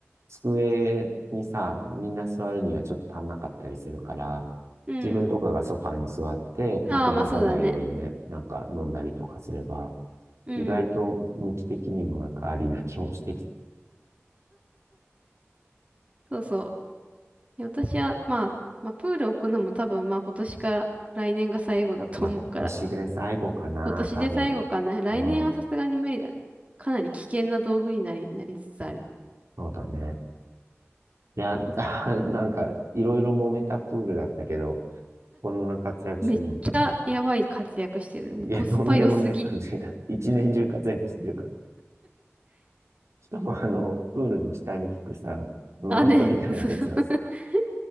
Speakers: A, on the right; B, on the right.
A: 机にさ、みんな座るにはちょっと足んなかったりするから、
B: うん。
A: 自分とかがソファーに座って、まあ、
B: ああ、
A: こぼさないようにね、
B: まあそうだね。
A: なんか飲んだりとかすれば、
B: うん。
A: 意外と無機的にもなんかありな気もしてきて、
B: そうそう。いや私は、まあ、まあ、プール置くのも多分、まあ今年か来年が最後だと思うから、
A: まあ今年で最後かな、
B: <laughs> 今年で最後かな。
A: 多分。
B: 来年はさすがに無理だね。
A: うん、
B: かなり危険な道具になり、なりつつある。
A: そうだね。いや、<laughs> なんか、いろいろ揉めたプールだったけど、こんな活躍するの、
B: めっちゃやばい活躍してる。
A: いや、
B: もうコスパ良すぎ。
A: とんでもない感じが、<laughs> 一年中活躍してるから。しかも、あの、プールの下に効くさ、あのマットみたいなやつをさ、
B: あ、ね、<laughs> そうそうそう。<laughs>